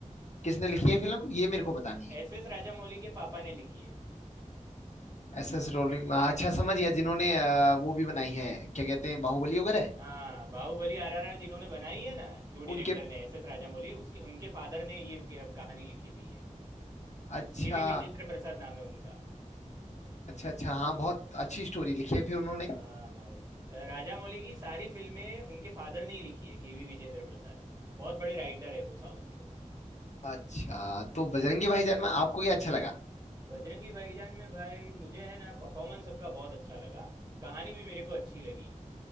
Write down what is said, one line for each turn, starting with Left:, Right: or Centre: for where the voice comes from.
Left: किसने लिखी है फिल्म ये मेरे को पता नहीं है
Right: एस एस राजामौली के पापा ने लिखी है
Left: एस एस रोलिंग अच्छा समझ गया जिन्होंने अ, वो भी बनाई है क्या कहते हैं बाहुबली वगैरह
Right: हाँ बाहुबली आरआरआर जिन्होंने बनाई है ना जो डायरेक्टर
Left: उनके
Right: ने एस एस राजामौली उसके उनके फादर ने ये क- कहानी लिखी हुई है
Left: अच्छा
Right: के वी विजेंद्र प्रसाद नाम है उनका
Left: अच्छा अच्छा हाँ बहुत अच्छी स्टोरी लिखी है फिर उन्होंने
Right: हाँ भाई राजामौली की सारी फिल्में उनके फादर ने ही लिखी है के वी विजेंद्र प्रसाद बहुत बड़े राइटर है वो साउथ के
Left: अच्छा तो बजरंगी भाईजान में आपको क्या अच्छा लगा
Right: बजरंगी भाईजान में भाई मुझे है ना परफॉर्मेंस सबका बहुत अच्छा लगा कहानी भी मेरे को अच्छी लगी